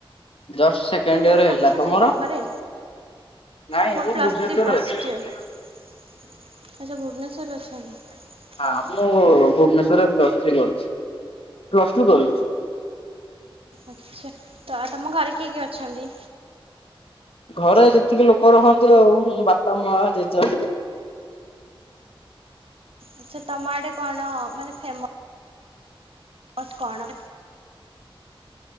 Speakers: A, on the left; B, on the right.
A: ଯସ୍ଟ ସେକେଣ୍ଡୟେର
B: କୋଉଠି
A: ହେଲା,
B: ଅଛନ୍ତି
A: ତମର?
B: ଏବେ ଘରେ?
A: ନାଇଁ
B: ମୋର
A: ଏବେ
B: ପ୍ଲସ୍
A: ମୁଁ ଭୁବନେଶ୍ୱର
B: ଥ୍ରୀ ଫାଷ୍ଟ
A: ରେ ଅଛି।
B: ଇୟର। ଆଚ୍ଛା ଭୁବନେଶ୍ୱର ଅଛନ୍ତି।
A: ହଁ ମୁଁ ଭୁବନେଶ୍ରରେ ପ୍ଲସ ଥ୍ରୀ କରୁଚି, ପ୍ଲସ୍ ଟୁ କରୁଚି।
B: ଆଛା ତ ତମ ଘରେ କିଏ କିଏ ଅଛନ୍ତି?
A: ଘରେ ଯେତିକି ଲୋକ ରହନ୍ତି। ଆଉ ବାପା ମା ଜେଜ
B: ଆଚ୍ଛା ତମ ଆଡେ କଣ ମାନେ ଫେମ ମସ କଣ